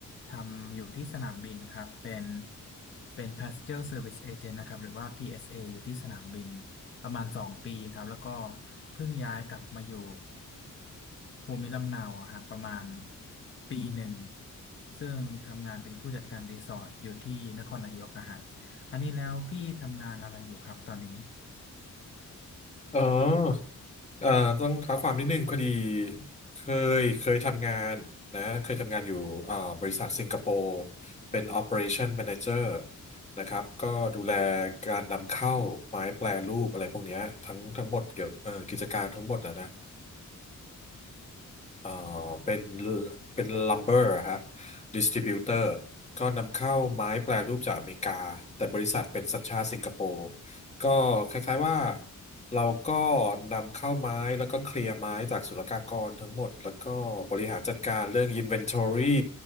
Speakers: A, on the left; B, on the left.
A: ทำอยู่ที่สนามบินครับเป็นเป็น Passenger Service Agent นะครับหรือว่า PSA อสเออยู่ที่สนามบินประมาณสองปีครับแล้วก็เพิ่งย้ายกลับมาอยู่ภูมิลำเนาอะครับประมาณปีหนึ่งซึ่งทำงานเป็นผู้จัดการรีสอร์ทอยู่ที่นครนายกอะฮะอันนี้แล้วพี่ทำงานอะไรอยู่ครับตอนนี้
B: อ๋อเอ่อต้องเท้าความนิดนึงพอดีเคยเคยทำงานนะเคยทำงานอยู่เอ่อบริษัทสิงคโปร์เป็น Operation Manager นะครับก็ดูแลการนำเข้าไม้แปรรูปอะไรพวกเนี้ยทั้งทั้งหมดเกี่ยวเอ่อกิจการทั้งหมดนะนะ เอ่อเป็นเป็นลัมเบอร์ฮะดิสติบิวเตอร์ก็นำเข้าไม้แปรรูปจากอเมริกาแต่บริษัทเป็นสัญชาติสิงคโปร์ก็คล้ายๆว่าเราก็นำเข้าไม้แล้วก็เคลียร์ไม้จากศุลกากรทั้งหมดแล้วก็บริหารจัดการเรื่อง Inventory